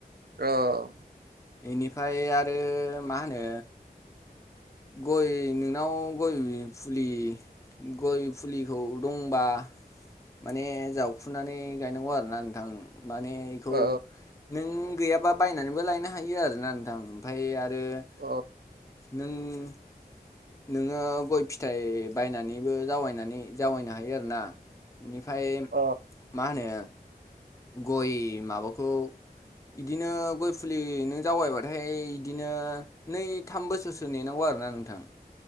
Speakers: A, on the right; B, on the left.
A: औ
B: बेनिफ्राय आरो मा होनो? गय नोंनाव गय फुलि गय फुलिखौ दंबा माने जावखुनानै गायनांगौ आरो ना नोंथां। माने बेखौ
A: औ
B: नों गैयाबा बायनानैबो लायनो हायो आरोना नोंथां ओमफाय आरो ओ
A: औ
B: नों नोंङो गय फिथाइ बायनानैबो जावनानै जावैनो हायो आरोना। बेनिफ्राय
A: औ
B: मा होनो गय माबाखौ बिदिनो गय फुलि नों जावायबाथाय बिदिनो नै थाम बोसोरसो नेनांगौ आरो। नेनांगौ नोंथां